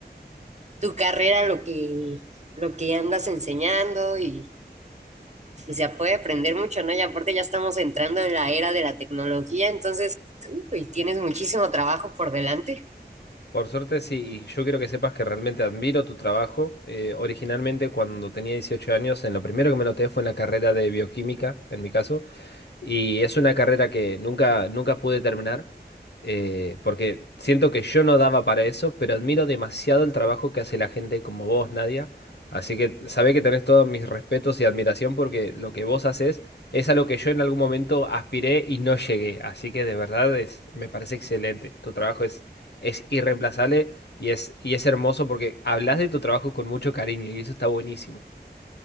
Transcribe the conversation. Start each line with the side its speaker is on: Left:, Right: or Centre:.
Right: tu carrera, lo que, lo que andas enseñando y pues ya puede aprender mucho, ¿no? Y aparte ya estamos entrando en la era de la tecnología, entonces, uy, tienes muchísimo trabajo por delante.
Left: Por suerte sí, y yo quiero que sepas que realmente admiro tu trabajo. Eh, originalmente cuando tenía 18 años, en lo primero que me noté fue en la carrera de bioquímica, en mi caso, Y es una carrera que nunca, nunca pude terminar, eh, porque siento que yo no daba para eso, pero admiro demasiado el trabajo que hace la gente como vos, Nadia. Así que sabé que tenés todos mis respetos y admiración porque lo que vos haces es a lo que yo en algún momento aspiré y no llegué. Así que de verdad es, me parece excelente. Tu trabajo es, es irreemplazable y es, y es hermoso porque hablas de tu trabajo con mucho cariño y eso está buenísimo.